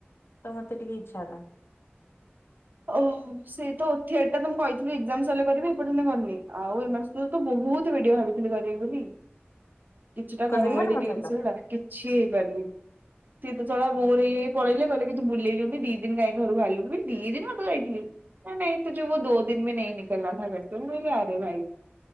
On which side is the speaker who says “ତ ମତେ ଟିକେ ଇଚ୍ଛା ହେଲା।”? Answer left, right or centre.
Left